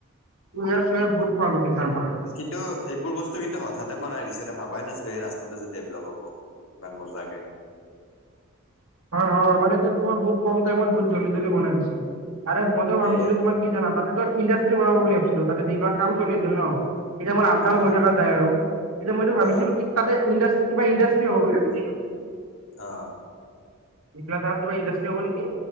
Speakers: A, on the right; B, on the left.
A: কুঁহিয়াৰ- চুহিঁয়াৰ বহুত খোৱা হৈছিল তাৰপৰা আৰু।
B: কিন্তু, এইবোৰ বস্তু কিন্তু, হঠাতে বনাই দিছে। এ, ভাবাই নাছিলোঁ! এই ৰাস্তাটো যে ডেভলপ হ'ব। ইমান মজাকে!
A: হয়, হয়। মানে, তোমাৰ বহুত কম টাইমত, বহুত জল্দি, জল্দি বনাই দিছে আৰু মইতো
B: তে
A: ভাবিছিলোঁ তোমাৰ কি জানা! তাতেতো ইণ্ডাষ্ট্ৰি বনাব বুলি ভাবিছিলোঁ। তাতে, <unintelligible> কাম চলি আছিল ন'! তেতিয়া মোৰ আপ- ডাউন
B: অ
A: হৈ থাকা যায় আৰু। তেতিয়া, মইতো
B: অ
A: ভাবিছিলোঁ কি, তাতে, ইণ্ডাষ্ট্ৰী, কিবা ইণ্ডাষ্ট্ৰী হ'ব বুলি ভাবিছিলোঁ!
B: অ'!
A: এইবিলাক, আঁ কিবা ইণ্ডাষ্ট্ৰী হ'ব নেকি?